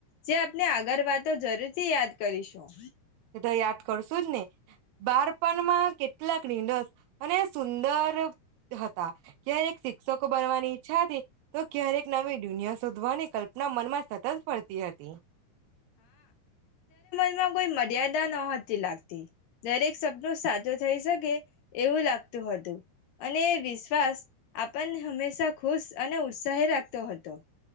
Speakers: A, on the left; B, on the right.
A: જે આપને આગળ વાતો જરૂર થી યાદ કરીશું
B: એ તો યાદ કરશુ જ ને બાળપણમાં કેટલાક નિંદસ અને સુંદર હતા ક્યારેક શિક્ષકો બનવાની ઈચ્છા હતી તો ક્યારેક નવી દુનિયા શોધવાની કલ્પના મનમાં સતત ફરતી હતી
A: માં કોઈ મર્યાદા નહોતી લાગતી. દરેક શબ્દો સાચ થઈ શકે એવું લાગતું હતું અને એ વિશ્વાસ આપણને હંમેશા ખુશ અને ઉત્સાહે રાગતો હતો.